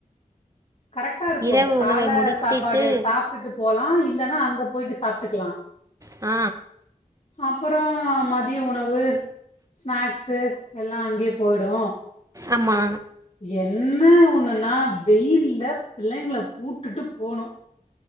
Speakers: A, on the left; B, on the right.
A: கரெக்ட்டா இருக்கு
B: இரவு
A: கால
B: உணவை முடித்திட்டு
A: சாப்பாடு சாப்டுட்டு போலா இ ல்லன்னா அங்க போயிட்டு சாப்ட்டுக்கலா
B: ஆ
A: அப்பறோ மதிய உணவு ஸ்நாக்ஸு எல்லா அங்கயே போய்டு
B: ஆமா
A: என்ன ஒண்ணுன்னா வெயில் ல பிள்ளைங்ள கூட்டுட்டு போனு